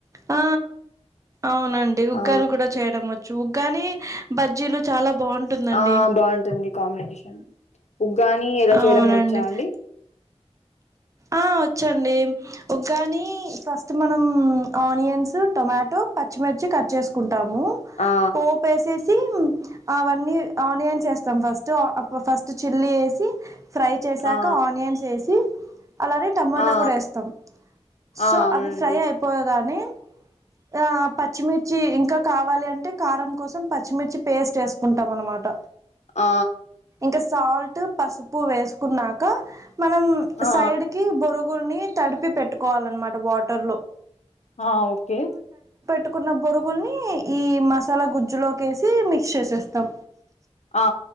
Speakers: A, on the right; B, on the left.
A: ఆ అవునండి ఉగ్గాని
B: ఆ
A: కూడా చేయడం వచ్చు చ్చు ఉగ్గాని బజ్జీలు చాలా బాగుంటుందండి.
B: ఆ బాగుంటుంది కాంబినేషన్ ఉగ్గాని ఎలా
A: అవునండి
B: చేయడం వచ్చా అండి.
A: ఆ వచ్చండి ఉగ్గాని ఫస్ట్ ఫస్ట్ మనం ఆనియన్స్ టొమాటో పచ్చిమిర్చి కట్ చేసుకుంటా టాము
B: ఆ
A: పోపెసేసి సీ అవన్ని ఆనియన్స్ వేస్తాం ఫస్టు అప్పు ఫస్ట్ చిల్లి వేసి ఫ్రై చేశాక
B: ఆ
A: ఆనియన్స్ వేసి అలానే టమాటా
B: ఆ
A: కూడా వేస్తాం సో
B: ఆ అవునండి
A: అవి ఫ్రై అయిపోయగానే ఆ పచ్చిమిర్చి ఇంకా కావాలి అంటే కారం కోసం పచ్చిమిర్చి పేస్ట్ వేసుకుంటాం అనమాట
B: ఆ
A: ఇంక సాల్ట్ పసుపు వేసుకున్నాక మనం
B: ఆ
A: సైడ్కి బొరుగుల్ని తడిపి పెట్టుకోవాలన్నమాట వాటర్ లో
B: ఆ ఓకే
A: పేట్టుకున్న బొరుగుల్ని ఈ మసాలా గుజ్జులోకేసి మిక్స్ చేసేస్తాం.
B: ఆ